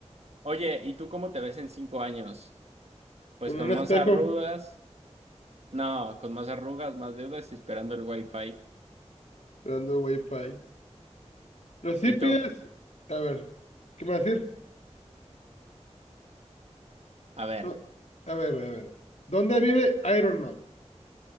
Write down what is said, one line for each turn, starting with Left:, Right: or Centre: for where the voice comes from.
Right: Oye, ¿y tú cómo te ves en cinco años? Pues
Left: con
Right: con
Left: un espejo,
Right: más arrugas. No, con más arrugas, más deudas y esperando el wifi.
Left: esperando wifi. Los hippies,
Right: ¿Y tú?
Left: a ver, ¿qué me va a decir?
Right: A ver,
Left: No, A ver, a ver. ¿Dónde vive Iron Man?